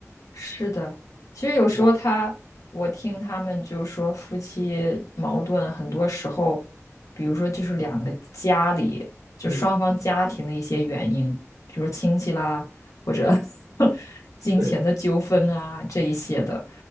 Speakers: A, on the left; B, on the right.
A: 是的，其实有时候他，
B: 对吧？
A: 我听他们就说夫妻矛盾，很多时候，比如说就是两个家里，就双方家庭的一些原因，
B: 嗯，
A: 比如说亲戚啦，或者 <laughs> 金钱的纠纷啊这一些的，
B: 对，